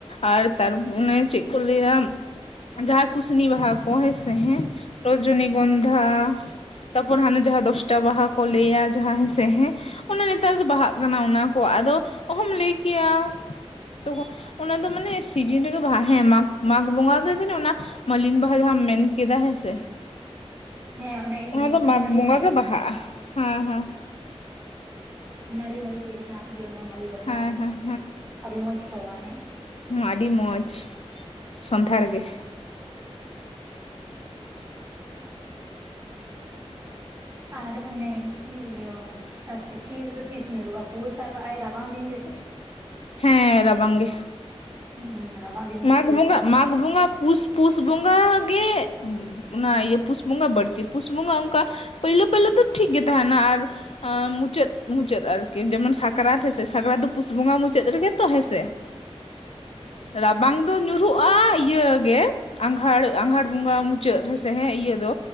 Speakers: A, on the left; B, on the right.
A: ᱟᱨ ᱛᱟᱨ ᱚᱱᱮ ᱪᱮᱫ ᱠᱚ ᱞᱟᱹᱭᱟ? ᱡᱟᱦᱟᱸ ᱠᱩᱥᱱᱤ ᱵᱟᱦᱟ ᱠᱚ ᱦᱮᱸᱥᱮ ᱦᱮᱸ ᱨᱚᱡᱚᱱᱤ ᱜᱚᱱᱫᱷᱟ, ᱛᱟᱯᱚᱨ ᱦᱟᱱᱮ ᱡᱟᱦᱟᱸ ᱫᱚᱥᱴᱟ ᱵᱟᱦᱟ ᱠᱚ ᱞᱟᱹᱭᱟ ᱡᱟᱦᱟᱸ ᱦᱮᱥᱮ ᱦᱮᱸ, ᱚᱱᱮ ᱱᱮᱛᱟᱨ ᱫᱚ ᱵᱟᱦᱟᱜ ᱠᱟᱱᱟ ᱚᱱᱟ ᱠᱚ ᱟᱫᱚ ᱚᱦᱚᱢ ᱞᱟᱹᱭ ᱠᱮᱭᱟ᱾ ᱛᱚ ᱚᱱᱟ ᱫᱚ ᱢᱟᱱᱮ ᱥᱤᱡᱤᱱ ᱨᱮᱜᱮ ᱵᱟᱦᱟ ᱦᱮᱸ ᱢᱟᱜᱽ ᱢᱟᱜᱽ ᱵᱚᱸᱜᱟ ᱜᱮ ᱡᱮᱱᱚ ᱚᱱᱟ, ᱢᱟᱞᱤᱱ ᱵᱟᱦᱟ ᱡᱟᱦᱟᱢ ᱢᱮᱱ ᱠᱮᱫᱟ ᱦᱮᱸ ᱥᱮ᱾
B: ᱦᱮᱸ ᱚᱱᱮ
A: ᱚᱱᱟ
B: ᱤᱭᱟᱹ
A: ᱫᱚ ᱢᱟᱜᱽ
B: ᱱᱟᱹᱲᱤ
A: ᱵᱚᱸᱜᱟ
B: ᱢᱟᱹᱞᱤ
A: ᱜᱮ ᱵᱟᱦᱟᱜᱼᱟ ᱦᱮᱸ ᱦᱮᱸ᱾
B: ᱱᱟᱹᱲᱤ ᱱᱟᱹᱲᱤ ᱛᱮ ᱡᱟᱦᱟᱸ ᱤᱭᱟᱹ ᱚᱱᱟ ᱢᱟᱹᱞᱤ ᱵᱟᱦᱟ
A: ᱦᱮᱸ ᱦᱮᱸ
B: ᱟᱹᱰᱤ ᱢᱚᱸᱡᱽ ᱥᱚᱣᱟ, ᱦᱮᱸ᱾
A: ᱦᱚᱸ ᱟᱹᱰᱤ ᱢᱚᱡᱽ ᱥᱚᱱᱫᱷᱟᱲ ᱜᱮ᱾
B: ᱟᱨ ᱚᱱᱮ ᱤᱭᱟᱹ ᱥᱤᱥᱤᱨ ᱫᱚ ᱛᱤᱥ ᱧᱩᱨᱩᱜᱼᱟ ᱠᱩᱣᱟᱹᱥᱟ ᱠᱟᱜᱼᱟᱭ ᱨᱟᱵᱟᱝ ᱫᱤᱱ ᱜᱮᱥᱮ?
A: ᱦᱮᱸ ᱨᱟᱵᱟᱝ ᱜᱮ᱾
B: ᱦᱩᱸ ᱨᱟᱵᱟᱝ ᱫᱤᱱ ᱜᱮ
A: ᱢᱟᱜᱽ
B: ᱠᱩᱣᱟᱹᱥᱟ
A: ᱵᱚᱸᱜᱟ
B: ᱠᱟᱜᱼᱟᱭ
A: ᱢᱟᱜᱽ ᱵᱚᱸᱜᱟ ᱯᱩᱥ ᱯᱩᱥ ᱵᱚᱸᱜᱟ ᱜᱮ ᱚᱱᱟ ᱤᱭᱟᱹ ᱯᱩᱥ ᱵᱚᱸᱜᱟ ᱵᱟᱹᱲᱛᱤ ᱯᱩᱥ ᱵᱚᱸᱜᱟ ᱚᱱᱠᱟ ᱯᱟᱹᱭᱞᱳ ᱯᱟᱹᱭᱞᱟᱹ ᱫᱚ ᱴᱷᱤᱠ ᱜᱮ ᱛᱟᱸᱦᱮᱱᱟ ᱟᱨ ᱢᱩᱪᱟᱹᱫ ᱢᱩᱪᱟᱹᱫ ᱟᱨᱠᱤ ᱡᱮᱢᱚᱱ ᱥᱟᱠᱨᱟᱛ ᱦᱮᱸ ᱥᱮ ᱥᱟᱠᱨᱟᱛ ᱫᱚ ᱯᱩᱥ ᱵᱚᱸᱜᱟ ᱢᱩᱪᱟᱹᱫ ᱨᱮᱜᱮ ᱛᱚ ᱦᱮᱸ ᱥᱮ ᱨᱟᱵᱟᱝ ᱫᱚ ᱧᱩᱨᱦᱩᱜᱼᱟ ᱤᱭᱟᱹ ᱜᱮ ᱟᱸᱜᱷᱟᱲ ᱟᱸᱜᱷᱟᱲ ᱵᱚᱸᱜᱟ ᱢᱩᱪᱟᱹᱫ ᱦᱮᱸᱥᱮ ᱦᱮᱸ ᱤᱭᱟᱹ ᱫᱚ,